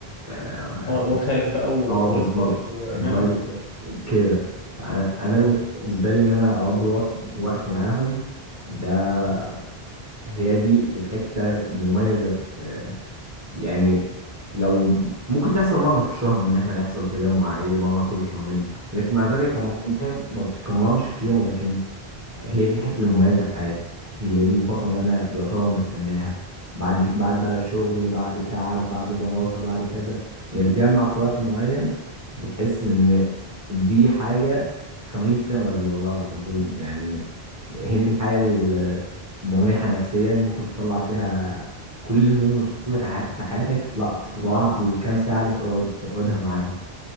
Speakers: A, on the right; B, on the left.
A: آه
B: اه
A: إخوة
B: اللي هو خالك بقى واخوالك
A: أه بالظبط
B: خوالك وعمامك
A: إخوات
B: وكده
A: كده أنا
B: اه
A: بالنسبة لي إن أنا أقضي وقت وقت معاهم ده هي دي الحتة المميزة في يعني لو ممكن تحصل مرة في الشهر إن إحنا يحصل تجمع عائلي مرة كل شهرين لكن مع ذلك الأمور
B: اه
A: كلها ما بتتكررش كتير ولكن هي دي الحته المميزه في حياتي هي دي الفتره اللي انا يعتبر بستناها بعد بعد بقى شغل بعد تعب بعد دراسه بعد كذا بنتجمع في وقت معين بتحس ان دي حاجه خميس ربي والله العظيم يعني هي دي الحاجه المريحه نفسيا ممكن تطلع فيها كل الهموم اللي حصلت لك ع- في حياتك تطلع تطلعها في الكام ساعه اللي تقعد تقعدها معاهم